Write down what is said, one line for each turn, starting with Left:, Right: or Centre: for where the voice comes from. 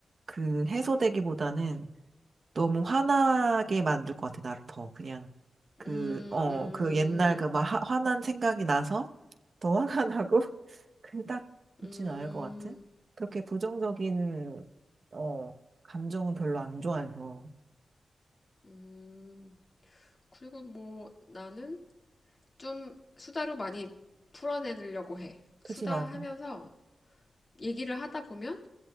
Right: 그 해소되기보다는 너무 화나게 만들 것 같아, 나를 더. 그냥,
Left: 음,
Right: 그, 어,
Left: 음.
Right: 그 옛날 그 막 화난 생각이 나서 더 화가 <laughs> 나고, 그닥 있는
Left: 음,
Right: 않을 것 같아. 그렇게 부정적인, 어, 감정은 별로 안 좋아해서.
Left: 음. 그리고 뭐 나는 좀 수다로 많이 풀어내려고 해. 수다하면서
Right: 그치, 맞아.
Left: 얘기를 하다 보면,